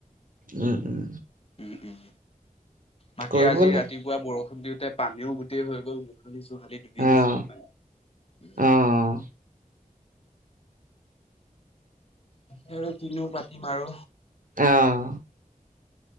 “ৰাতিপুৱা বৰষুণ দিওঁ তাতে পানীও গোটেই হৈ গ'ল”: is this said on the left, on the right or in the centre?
Left